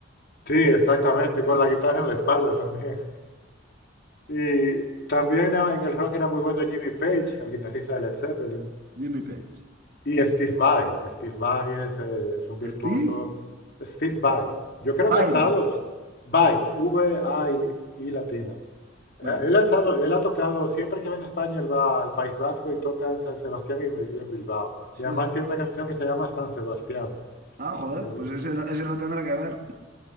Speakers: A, on the left (about 55°); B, on the right (about 50°).
A: sí, exactamente, y con
B: <laughs>
A: la guitarra en la espalda también. Y también ah, en el rock era muy bueno Jimmy Page, el guitarrista de Led Zeppelin,
B: Jimmy Page.
A: y Steve Vai. Steve Vai es, eh, es un virtuoso.
B: Steve
A: Steve Vai. Yo creo
B: Bile.
A: que ha estado Vai, V-I-I latina. Eh,
B: Bile.
A: Él ha estado- él ha tocado, siempre que va en España, él va al País Vasco y toca en San Sebastián y en Bil- y en Bilbao.
B: Sí,
A: Y además tiene una canción que se llama San Sebastián.
B: Ah, joder,
A: Eh,
B: pues ese, no- ese no tendrá que ver.